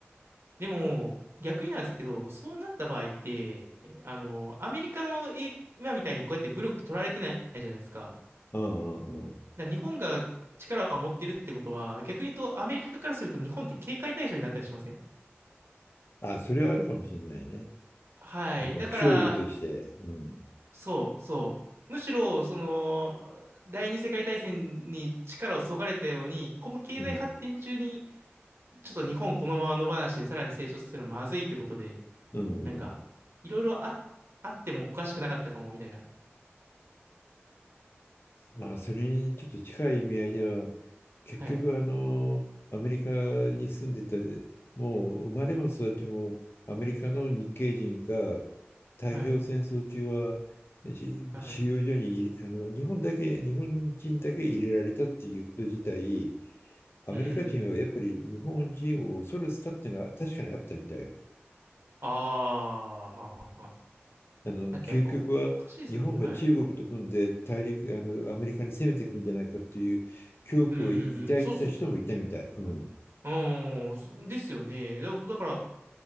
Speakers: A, on the right; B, on the left.
A: でも、逆になんですけど、そうなった場合って、あの、アメリカのえ今みたいにこうやって武力取られてないじゃないですか。
B: うんうんうん。
A: だから日本が力を持ってるってことは、逆に言うとアメリカからすると日本って警戒対象になったりしません。
B: あ、それはあるかもしれないね。
A: はい。
B: あの、
A: だから、
B: 脅威として、うん、
A: そうそう。むしろ、その、第二次世界大戦に力をそがれたように、この経済発展中に、
B: うん、
A: ちょっと日本このまま野放しでさらに成長させるのまずいってことで、
B: うん、
A: なんか、
B: うん。
A: いろいろあ、あってもおかしくなかったかもみたいな。
B: まあ、それにちょっと近い意味合いでは、結局、
A: はい、
B: あの、アメリカに住んでた、もう生まれも育ちもアメリカの日系人が太平洋戦争中は
A: はい、
B: し収容所にいあの日本だけ、
A: はい。
B: 日本人だけ入れられたっていうこと自体、アメリカ人はやっぱり日本人を恐れてたっていうのは確かにあったみたいよ。
A: うん。ああ、はんはんはあ
B: あの究極は日本が中国と組んで大陸、
A: だってやっぱおかしいですもんね。はい。
B: あのアメリカに攻めてくるんじゃないかっていう恐怖を抱いてた人もいたみたい。
A: うんうんうん。そうそうそ
B: うん、
A: う。うん、そですよね。だだから、